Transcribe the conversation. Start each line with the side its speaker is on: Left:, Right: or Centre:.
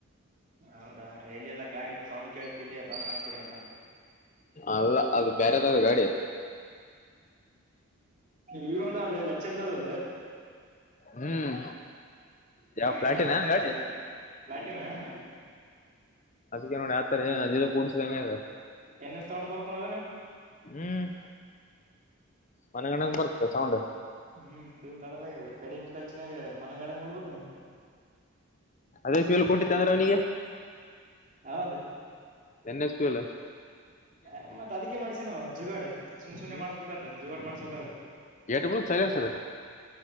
Right: ಹೌ. ಬಾ ಇಲ್ಲಿಲ್ಲಾ ಗಾಡಿ ಬ ಸೌಂಡ್ ಕೇಳ್ತಿಲ್ಲೆ ಬಂದ್ನ ಅನ್ಕೊಂಡೆ ಮತ್.
Left: ಅಲ್ಲ ಅದು ಬ್ಯಾರೆದಾದ ಗಾಡಿ.
Right: ಈಗೊಂದಾಲೆ ಲಚ್ಚಂದಾದದೂ.
Left: ಹ್ಮ್
Right: ಹೆಂಗ
Left: ಯಾವ
Right: ಹೆಂಗ
Left: ಪ್ಲಾಟಿನ
Right: ಅದ್ ನೋಡು ಸೈಲೆನ್ಸರು
Left: ಗಾಡಿ
Right: <unintelligible>
Left: ಅದಕ್ಕೆ ನೋಡ ಯಾವತರ ಏ ಅದಿದ ಕೂಡ್ಸಿದಂಗಗ್ಯದ.
Right: ಎನ್ ಎಸ್ ಸೌಂಡ್ ಬರ್ತ್ ನೋಡ್ ಅದನ
Left: ಹ್ಮ್ ಮನಗಂಡಂಗ ಬರ್ತ್ತ ಸೌಂಡ್.
Right: ಹ್ಮ್ ತುತ್ ಅಡಲಾಗದ್ಯ ಕಡಿಮಿ ಖರ್ಚಿನಾಗ ಮನ್ಂಗಣಂಗ್ ಮಾಡ್ಬೀಟ್ಟಿರೆನ್.
Left: ಅದೇ ಫ್ಯೂಲ್ ಕೊಟ್ಟಿತ್ತಂದ್ರ ಅವ್ನಿಗಿ.
Right: ಯಾವದು.
Left: N S P L.
Right: ಆ ಮತ್ ಅದಕೆ ಮಾಡಸ್ಯನವ ಜುಗಾಡ್ ಸುಮ್ ಸುಮ್ಮನೆ
Left: ಹ್ಮ್
Right: ಮಾಡ್ಸಬೇಕಾತದೇನ ಜುಗಾಡ್ ಮಾಡಸ್ಬೇಕಾದ್ರ.
Left: ಏಟ್ ಬೀಳುತ್ತೆ ಸೈಲೆನ್ಸರ್.